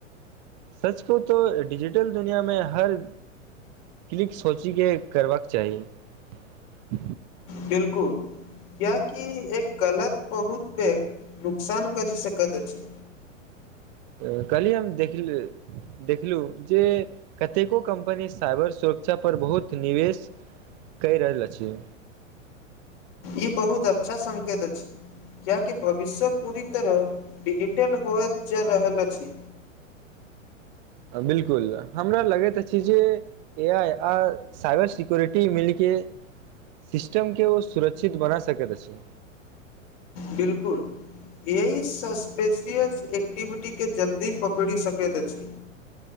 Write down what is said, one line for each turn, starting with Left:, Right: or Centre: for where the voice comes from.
Right: सच कहूँ तो डिजिटल दुनिया में हर। क्लिक सोचि केँ करबाक चाही <inaudible>
Left: बिल्कुल किया की एक गलत बहुत पेघ नुकसान करी सकैत अछि।
Right: कहलियै हम देखली। देखलू जे कतेको कम्पनी साइबर सुरक्षा पर बहुत निवेश। कैह रहल छी।
Left: ई बहुत अच्छा संकेत अछि। कियाकि भविष्य पूरी तरह डिजिटल होएत जा रहल अछि।
Right: बिल्कुल हमरा लगैत अछि जे, ए आइ आ साइबर सिक्योरिटी मिलके, सिस्टमके ओ सुरक्षित बना सकैत अछि।
Left: बिल्कुल। ए आय सस्पेशियस एक्टिविटी के जल्दी पकड़ि सकैत अछि।